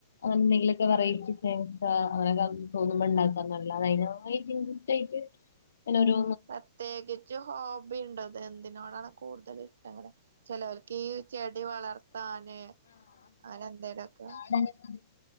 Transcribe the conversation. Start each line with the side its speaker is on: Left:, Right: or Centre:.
Left: എന്തെങ്കിലൊക്കെ വെറൈറ്റി സ്നാക്സാ അങ്ങനൊക്കെ തോന്നുമ്പോ ഉണ്ടാക്ക് അല്ലാതെ അയിനായിട്ട് <inaudible> അങ്ങനോരോ
Right: പ്രത്യേകിച്ച് ഹോബിണ്ടോ ഇത് എന്തിനോടാണ് കൂടുതൽ ഇഷ്ടങ്ങള് ചെലോർക്ക് ഈ ചെടി വളർത്താന് അങ്ങനെ എന്തേലൊക്കെ
Left: <inaudible>